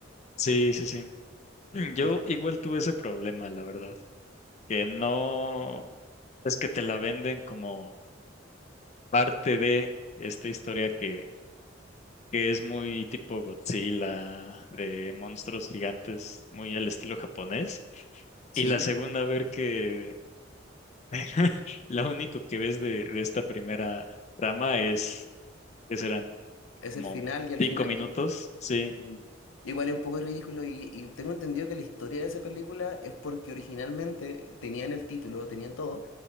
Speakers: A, on the left; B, on the left.
A: Sí, sí, sí. Mm, Yo
B: Eh,
A: igual tuve ese problema, la verdad, que no es que te la venden como parte de esta historia que, que es muy tipo Godzilla, de monstruos gigantes, muy al estilo japonés.
B: sí,
A: Y la segunda, a ver que <laughs> lo único que ves de, de esta primera trama es que serán
B: es
A: como
B: el final y al
A: cinco
B: final.
A: minutos. Sí,
B: Mm. Igual es un poco ridículo y, y tengo entendido que la historia de esa película es porque originalmente tenían el título, tenían todo,